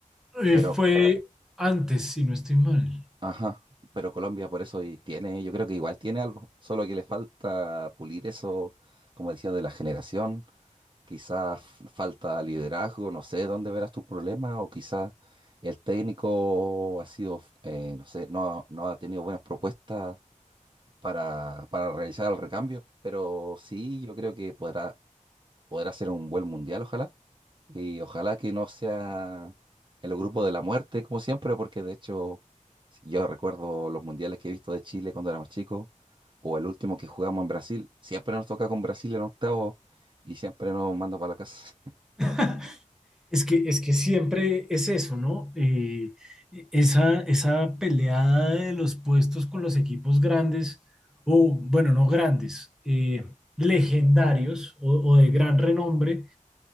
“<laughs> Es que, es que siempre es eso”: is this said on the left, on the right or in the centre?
Centre